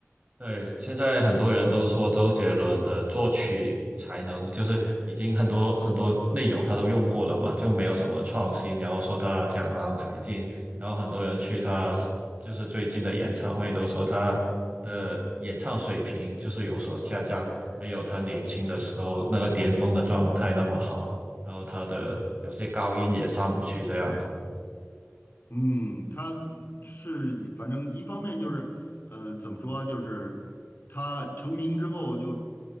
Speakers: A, on the right; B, on the left.
A: 对，现在很多人都说周杰伦的作曲才能就是已经很多很多内容他都用过了嘛，就没有什么创新。然后说他江郎才尽，然后很多人去他就是最近的演唱会都说他的演唱水平就是有所下降，没有他年轻的时候那个巅峰的状态那么好。然后他的有些高音也上不去这样子。
B: 嗯，他是反正一方面就是，呃，怎么说，就是他成名之后就